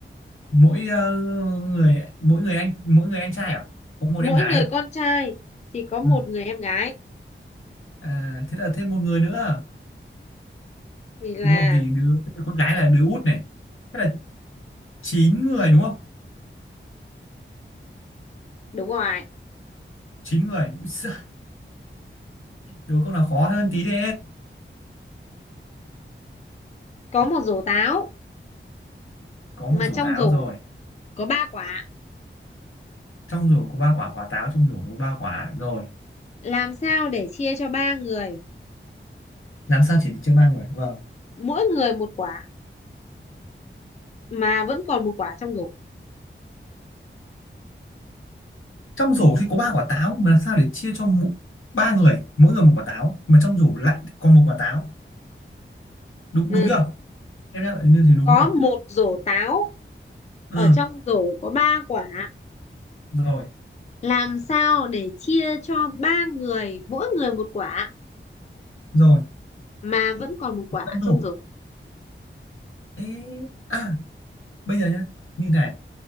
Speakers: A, on the left (about 80°); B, on the left (about 35°).
A: Mỗi ờ, người mỗi người anh mỗi người anh trai à? Có một
B: Mỗi
A: em gái
B: người
A: à?
B: con trai chỉ có một
A: Ừ.
B: người em gái.
A: À, thế là thêm một người nữa.
B: Thì là
A: Đúng không? Vì đứa con gái là đứa út này. Thế là 9 người đúng không?
B: đúng rồi.
A: chín người. Ui giời, Đố câu nào khó hơn tí đi.
B: Có một rổ táo
A: Có một
B: mà
A: rổ
B: trong
A: táo
B: rổ
A: rồi
B: có ba quả.
A: trong rổ có ba quả quả táo trong rổ có ba quả rồi
B: Làm sao để chia cho ba người
A: làm sao chỉ được chia ba người vâng
B: mỗi người một quả mà vẫn còn một quả trong rổ?
A: trong rổ thì có ba quả táo mà làm sao để chia cho mỗi ba người mỗi người một quả táo mà trong rổ lại còn một quả táo đúng
B: Ừ.
A: đúng chưa em đang lại như thế đúng
B: có
A: chưa
B: một rổ táo
A: ừ
B: ở trong rổ có ba quả
A: rồi
B: làm sao để chia cho ba người mỗi người một quả
A: rồi
B: mà vẫn còn một quả
A: trong
B: trong
A: rổ
B: rổ
A: Ê, à bây giờ nhá như này